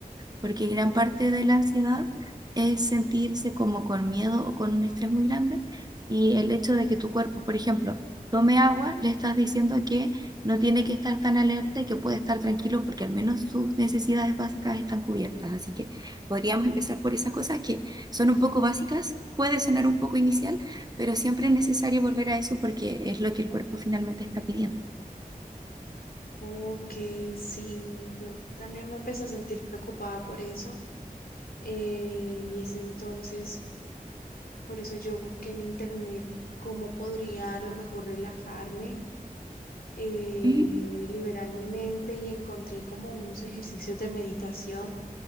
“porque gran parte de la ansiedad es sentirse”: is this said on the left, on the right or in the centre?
Right